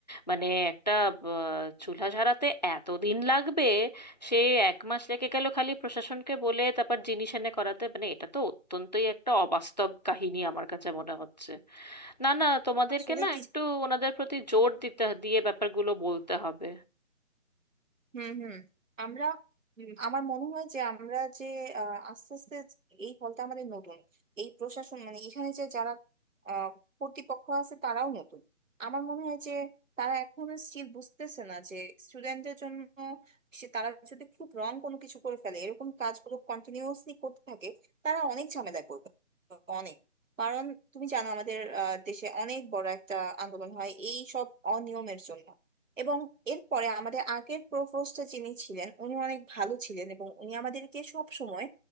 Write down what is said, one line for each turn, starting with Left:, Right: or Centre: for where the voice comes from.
Left: মানে একটা আহ, চুলা সারাতে এত দিন লাগবে সে এক মাস লেগে গেল খালি প্রশাসনকে বলে তারপর জিনিস এনে করাতে মানে এটা তো অত্যন্তই একটা অবাস্তব কাহিনী আমার কাছে মনে হচ্ছে না না তোমাদেরকে
Right: আসলে
Left: না
Right: কি
Left: একটু ওনাদের প্রতি জোর দিতে দিয়ে ব্যাপারগুলো বলতে হবে
Right: হুম হুম আমরা হুম, আমার মনে হয় যে আমরা যে আহ, আস্তে আস্তে এই হলটা আমাদের নতুন এই প্রশাসন মানে এখানে যে যারা আহ, কর্তৃপক্ষ আছে তারাও নতুন আমার মনে হয় যে তারা এখনো স্টিল বুঝতেছে না যে স্টুডেন্টদের জন্য সে তারা যদি খুব রং কোনো কিছু করে ফেলে এরকম কাজগুলো কন্টিনিউয়াসলি করতে থাকে তারা অনেক ঝামেলায় পড়বে অনেক কারণ তুমি জানো আমাদের আহ, দেশে অনেক বড় একটা আন্দোলন হয় এই সব অনিয়মের জন্য এবং এরপরে আমাদের আগের প্রভোস্ট যিনি ছিলেন উনি অনেক ভালো ছিলেন এবং উনি আমাদেরকে সব সময়